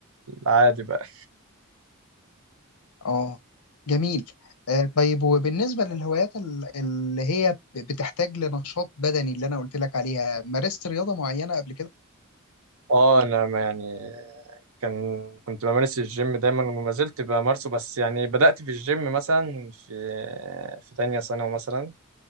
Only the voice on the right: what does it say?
العادي بقى
اه انا ما يعني كان كنت بمارس الجيم دايما وما زلت بمارسه بس يعني بدأت في الجيم مثلا في في تانية ثانوي مثلا